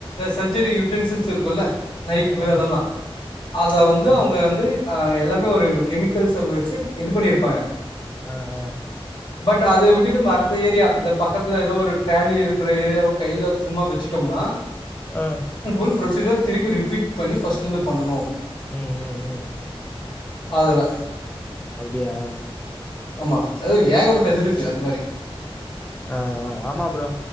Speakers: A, on the left (about 50°); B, on the left (about 15°).
A: சர்ஜரி யு ட்டென்ஷு இருக்கும்ல நைஃபு
B: ம் ம்
A: அதெல்லா அத வந்து
B: ஆமா
A: அவங்க வந்து ஆ எல்லாமே ஒரு கெமிக்கல்ஸ வச்சு இது பண்ணிருப்பாங்க
B: ஆஹ் ஆஹ்
A: பட் அத விட்டுட்டு மத்த ஏரியா இந்த பக்கத்துல ஏதோ ஒரு ட்ராலி இருக்கிற ஏரியாவோ கையில சும்மா வச்சுட்டோம்னா
B: ஆஹ்
A: புன ப்ரொசீஜர திருப்பி ரிபீட் பண்ணி ஃபஸ்ட்ல இருந்து பண்ணனு
B: உம் உம் உம்
A: அதுல
B: அப்டியா
A: ஆமா அது ஏகப்பட்டது இருக்கு அந்த மாரி
B: ஆஹ் ஆமா ப்ரோ